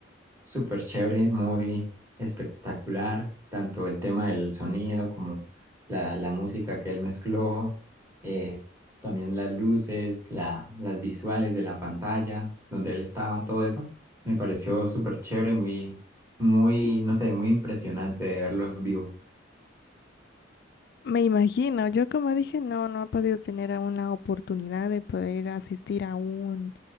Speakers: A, on the right (about 15°); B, on the left (about 55°).
A: súper chévere, muy espectacular, tanto el tema del sonido como la, la música que él mezcló, eh, también las luces, la, las visuales de la pantalla donde él estaba, todo eso, me pareció súper chévere, muy, muy, no sé, muy impresionante de verlo en vivo.
B: Me imagino, yo como dije, no, no he podido tener aún la oportunidad de poder asistir a un